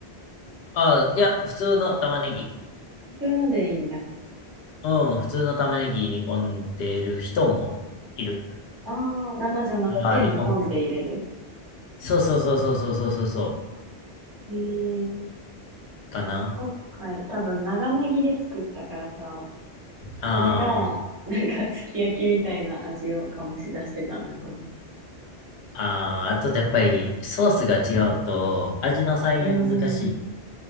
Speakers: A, on the left (about 70°); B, on the right (about 20°).
A: あいや、普通の玉ねぎ。
B: 通のでいいんや。
A: うん、普通の玉ねぎ煮込んでる人もいる。
B: ああ、生じゃなくて煮込んで入れる。
A: あでも、そうそうそうそうそうそうそうそう、
B: えー、
A: かな。
B: 今回多分長ネギで作ったからさ、
A: あーあ
B: それが、なんかすき焼きみたいな味を醸し出してたんだと思う。
A: ー、ああとやっぱりソースが違うと味の再現難しい。
B: うーん、